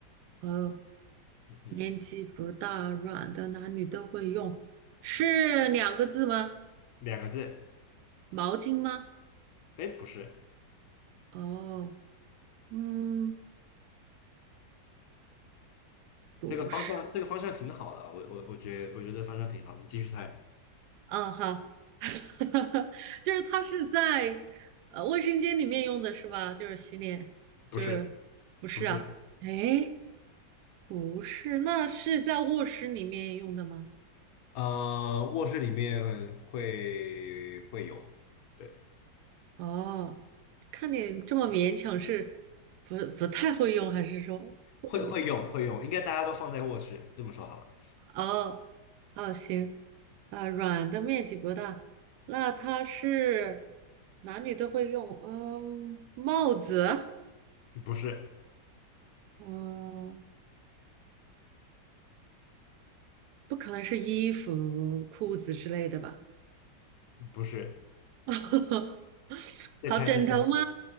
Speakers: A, on the right; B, on the left.
A: 哦，
B: 嗯哼，
A: 年纪不大，软的男女都会用，是两个字吗？
B: 两个字，
A: 毛巾吗？
B: 哎，不是，
A: 哦，嗯，不是，
B: 这个方向，这个方向挺好的，我我我觉得，我觉得这方向挺好，你继续猜，
A: 嗯，好，<laughs> 就是它是在呃卫生间里面用的是吧？就是洗脸，就是不是啊？
B: 不是，不是，
A: 哎，不是，那是在卧室里面用的吗？
B: 呃，卧室里面会会有，对，
A: 哦，看你这么勉强是不不太会用，还是说会用？
B: 会会用会用，应该大家都放在卧室，这么说好了，
A: 哦哦，行，啊，软的面积不大，那它是男女都会用，嗯，帽子，
B: 不是，
A: 嗯，不可能是衣服、裤子之类的吧？
B: 不是，
A: <laughs>
B: 再猜再猜，
A: 好，枕头吗？